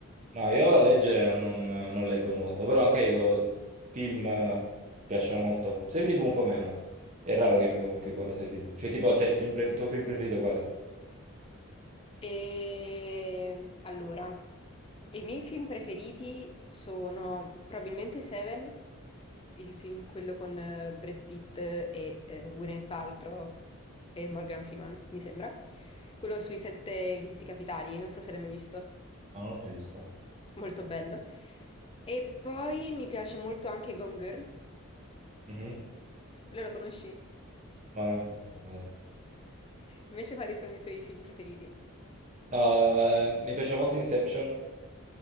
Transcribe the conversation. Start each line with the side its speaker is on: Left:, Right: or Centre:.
Right: No, io leggere non, non- non leggo molto, però anche io film eh, mi piacciono molto. Serie TV un po' meno. È raro che, mi, che guardo serie TV. Cioè, tipo a te il film pref- tuo film preferito qual è?
Left: E allora, i miei film preferiti sono probabilmente Seven, il film quello con eh, Brad Pitt e eh, Gwyneth Paltrow e Morgan Freeman, mi sembra. Quello sui sette vizi capitali, non so se l'hai mai visto,
Right: No, non l'ho mai visto.
Left: molto bello. E poi mi piace molto anche Gone Girl,
Right: Mhm.
Left: quello lo conosci?
Right: No, no, no, no, no.
Left: Invece quali sono i tuoi film preferiti?
Right: No, eh, mi piace molto Inception.